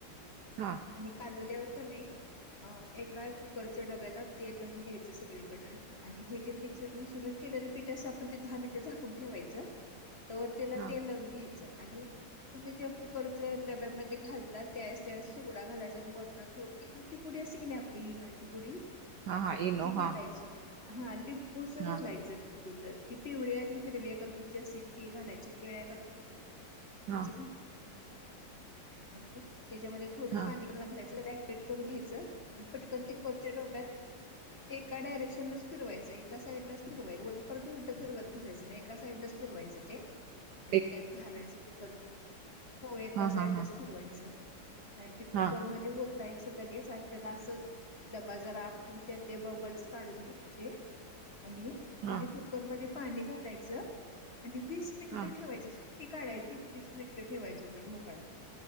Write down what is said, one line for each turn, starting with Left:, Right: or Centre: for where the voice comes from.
Right: हा,
Left: आणि कालवल्यावर का नाही. हा एका कुकरच्या डब्याला तेल लावून घ्यायचं सगळीकड. आणि हे जे मि मिश्रण केलेलं पीठाच आपण ते दहा मिनिटे झाकून ठेवायचं. तवर त्याला
Right: हा
Left: तेलय घ्यायचं. च आणि तुम्ही ज्या कुकरच्या डब्यामध्ये घालता त्या त्या सुगडा घालायचा वर्ण. थो इनोळची पुडी असे की नाही आपली इनोची पुडी
Right: हा हा इनो
Left: ती घालायची.
Right: हा
Left: हा लिंबूच घालाय.
Right: हा
Left: च लिंबूच ती पिवळ्या आणि हिरव कलरची असत्या ती घालायची निळ कलर.
Right: हा
Left: गची घाल. आणि त्याच्यामध्ये थोडस
Right: हा
Left: पा लागलायचं त्याला क्पेट करून घ्यायचं. आन पटकन कुकरच्या डब्यात. एका डायरेक्शनच फिरयचं एका साइडलाच फिरवायचं परत उलटं फिरवत बसायं नाही एका साइडला फिरवायचं ते.
Right: ह <inaudible>
Left: आणि त्यात घालायचं कुकर हो एका
Right: हा
Left: साईडला.
Right: हा हा
Left: फिरवायचं आणि ते कुकरमध्ये
Right: हा
Left: ओत. तायच लगेच आणि त्याला असं डबा जरा आपटून त्यातले बबल्स काढून घ्यायचे. आणि
Right: हा
Left: खाली कुकरमध्ये पाणी घालायचं आणि वीस मिनट
Right: हा
Left: ठेवायचं शी ''--'' ती काढयची वीस मिनिटं ठेवायचं होतो ढोकळा.